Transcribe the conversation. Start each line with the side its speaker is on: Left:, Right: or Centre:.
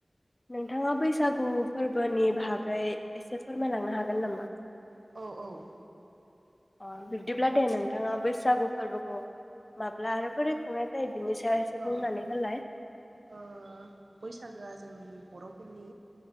Left: नोंथाङा बैसागु फोरबोनि बाहागै एसे फोरमायलांनो हागोन नामा
Right: औ औ
Left: अ बिब्दिब्ला दे नोंथाङा बैसागु फोरबोखौ मााब्ला आरो बोरै खुंनाय जाय बिनि सायाव एसे
Right: औ
Left: बुंनानै होलाय
Right: ओ बैसागोआ जोंनि बरफोरनि